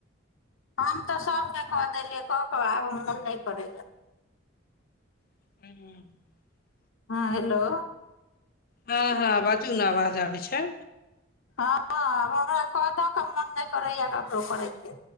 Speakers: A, on the left (about 85°); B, on the left (about 45°).
A: हम तऽ सभके कऽ देलियै कऽ कऽ आब मोन नहि करैएा
B: ह
A: हँ हेलो
B: हँ हँ बाजू ने आवाज आ छै
A: हँ हमरा को मोन नहि करैएा ककरो करयके